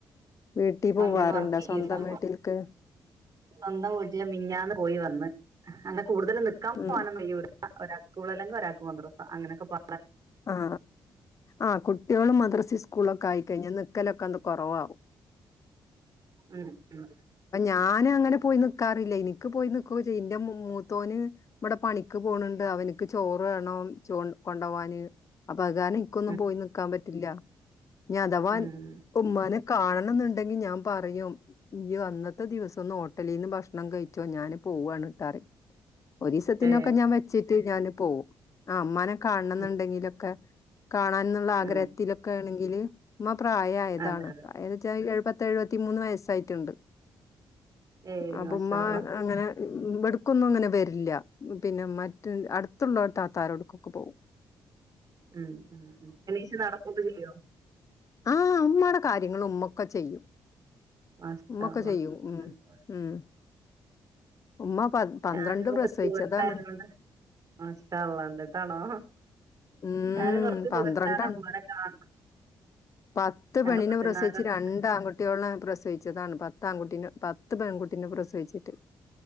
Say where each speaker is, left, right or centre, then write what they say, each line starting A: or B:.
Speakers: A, on the left (about 40°); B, on the right (about 45°).
A: വീട്ടിൽ പോവാറുണ്ടോ
B: അ ന്തേലും വർക്ക്
A: സ്വന്തം
B: ചെയ്ൺണ്ടാ
A: വീട്ടിൽക്ക്
B: സ്വന്തം വീട്ടില് മിഞ്ഞാന്ന് പോയി വന്ന് അങ്ങനെ കൂടുതൽ നിക്കാം
A: ഉം
B: പുവാനൊന്നും കൈയ്യൂല ഒരാൾക്ക് സ്‌ക്കൂളല്ലങ്ക്ഒരാൾക്ക് മദ്രസ അങ്ങനെക്കെ പ
A: ആ ആഅ കുട്ടിയോള് മദ്രസി സ്കൂളൊക്കെ ആയിക്കഴിഞ്ഞ നി ക്കലൊക്കന്ത് കുറവാകും
B: ഉം ഉം
A: ഞാനങ്ങനെ പോയി നിക്കാറില്ലയ്ന് നിക്ക് പോയി നിക്കൊക്കെ ചെയ്യൻ്റെ മൂത്തോന് ഇബടെ പണിക്ക് പോണ് ണ്ട് അ അവൻക്ക് ചോറ് വേണം ചോ കൊണ്ടവാന് പ്പഗാരൻക്കന്നും
B: ഉം
A: പോയി നിൽക്കാം പറ്റില്ല ഞ്ഞി അഥവാൻ
B: ഉം
A: ഉമ്മാനെ കാണണം ന്നുണ്ടെങ്കി ഞാൻ പറയും ഇയ്യ് അന്നത്തെ ദിവസൊന്ന് ഹോട്ടലീന്ന് ഭക്ഷണം കഴിച്ചോ ഞാന് പോവാണ് ട്ടാറിം ഒരീസത്തിനൊക്കെഞാൻ
B: ഏ
A: വച്ചിട്ട് ഞാന് പോവും ആ മ്മാനെ കാൺണംന്ന്ണ്ടെങ്കിലൊക്കെ
B: ഉം
A: കാണാൻന്നുള്ള ആഗ്രഹത്തിലൊക്കെ
B: ഉം
A: ണെങ്കില് ഉമ്മ പ്രായയതാണ്
B: അതെ അതെ
A: പ്രായ തച്ചാല് എഴുപത്തി ത്തഴുവത്തിമൂന്ന് വയസ്സായ്റ്റ്ണ്ട്
B: ഏയ്
A: അപ്പോ
B: മാഷാ
A: ഉമ്മാനങ്ങനെ
B: അള്ളാ
A: ഇബട് ക്കൊന്നും അങ്ങനെ വരില്ല പിന്നെ മറ്റ് അടുത്തുള്ളോട് താത്ത രോട്ക്കൊക്കോ പോകും
B: ഉം ഉം ഉം യെണീച്ച് നടകൊക്കെ ചെയ്യോ
A: ആ അമ്മടെ കാര്യങ്ങൾ ഉമ്മൊക്ക ചെയ്യും
B: മാഷാ
A: ഇമ്മക്കെ
B: അള്ളാ
A: ചെയ്യും ഉം ഉം ഉമ്മ പ പന്ത്രണ്ട്
B: ഞാനും കുറച്ച്
A: പ്രസവിച്ചതാണ്
B: ദൂരത്തായതുകൊണ്ട് മാഷാ അള്ളാ ന്ന്ട്ടാണോ
A: ഉം
B: ഞാനും കൊറച്ച്ദൂരത്താണ്
A: പന്ത്രണ്ടാണ്
B: ഇമ്മാനെ കാണണം
A: പത്ത്
B: ഞങ്ങൾ
A: പെണ്ണിനെ
B: പത്തിനാലുണ്ട്
A: പ്രസവിച്ചു രണ്ട് ആൺകുട്ടികൾനെ പ്രസവി ച്ചതാണ് പത്ത ആൺകുട്ടീനെ പത്ത് പെൺകുട്ടീനെ പ്രസവിച്ചിട്ട്